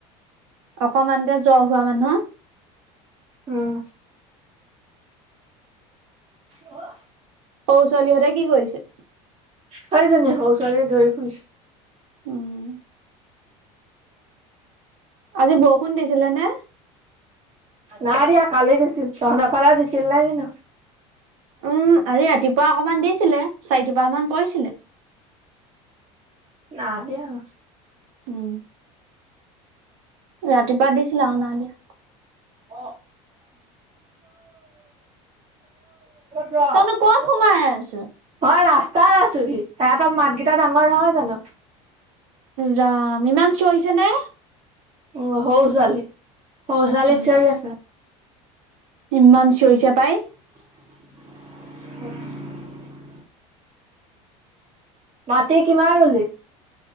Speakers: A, on the right; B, on the right.
A: অকমানতে জ্বৰ হোৱা মানুহ',
B: উম', অহ',
A: সৰু ছোৱালীহঁতে কি কৰিছে?
B: সেইজনী, সৰু ছোৱালীয়ে দৌৰি ফুৰিছে',
A: উম আজি বৰষুণ দিছিলে নে?
B: নাই দিয়া কালি দিছিল, তহঁতৰ ফালে দিছিল নে কি নো?
A: উম', আজি ৰাতিপুৱা অকমান দিছিলে, চাৰি টোপাল মান পৰিছিলে',
B: নাই দিয়া',
A: উম ৰাতিপুৱা দিছিলে আৰু নাই দিয়া',
B: <unintelligible> ক',
A: তইনো ক'ত
B: হেল্ল',
A: সোমাই আছ?
B: মই ৰাস্তাত আছোঁ হি, সিহঁতৰ মাতকেইটা ডাঙৰ নহয় জানোঁ',
A: ৰাম', ইমান চিঞৰিছে নে',
B: উ', সৰু ছোৱালী, সৰু ছোৱালীক
A: উম,
B: চিঞৰি আছে',
A: ইমান চিঞৰিছে পাই',
B: <unintelligible> মাটি কিমান ৰোলি?